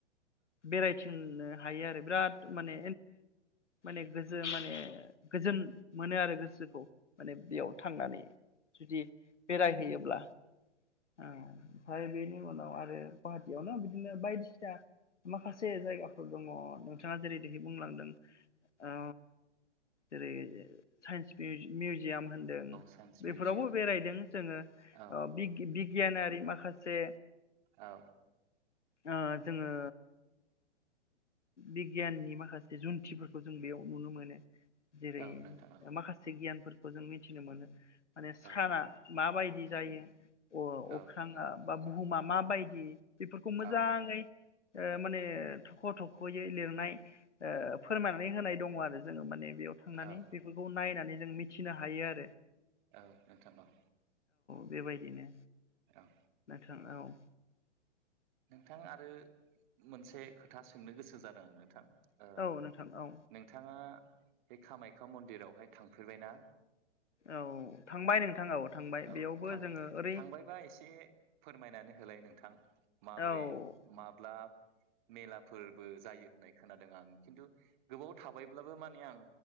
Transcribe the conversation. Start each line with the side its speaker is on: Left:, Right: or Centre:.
Left: बेरायथिंनो हायो आरो बिराद माने माने गोजोन माने गोजोन मोनो आरो गोसोखौ। माने बेयाव थांनानै जुदि बेरायहैयोब्ला। ओ ओमफ्राय बेनि उनाव आरो गुवाहाटियावनो बिदिनो बायदिसिना माखासे जायगाफोर दङ। नोंथांआ जेरै बुंलांदों ओ जेरै साइन्स मिउजियाम होनदों
Right: साइन्स मिउजियाम
Left: बेफोरावबो बेरायदों जोङो
Right: औ
Left: बिग बि बिगियानारि माखासे
Right: औ।
Left: ओ जोङो बिगियाननि माखासे जुन्थिफोरखौ जों बेयाव नुनो मोनो। जेरै
Right: औ नोंथां औ
Left: माखासे गियान खौ जों मिथिनो मोनो माने साना
Right: औ
Left: मा बायदि जायो अ-अख्रां
Right: औ
Left: बा बुहुमा मा बायदि? बेफोरफोरखौ मोजाङै
Right: औ
Left: माने थख' थख'यै लिरनाय फोरमायनानै होनाय दङ आरो जोङो माने। बेयाव थांनानै
Right: औ
Left: बेफोरखौ नायनानै। जों मिथिनो हायो आरो
Right: ओं नोंथां ओं।
Left: बे बायदिनो।
Right: औ।
Left: जों औ।
Right: नोंथां आरो मोनसे खोथा सोंनो गोसो जादों नोंथां। ओ
Left: औ नोंथां औ
Right: नोंथाङा। बे कामाख्या मन्दिरावहाय थांफेरबायना।
Left: औ थांबाय नोंथां औ थांबाय
Right: औ
Left: बेयावबो
Right: थां
Left: जोङो ओरै
Right: थांबायबा एसे फोरमायनानै होलाय नों। थां। माब्रै
Left: औ
Right: माब्लाब। मेलाब। फोरबो जायो होननाय। खोनादों आं खिन्थु गोबाव थाबायब्लाबो माने आं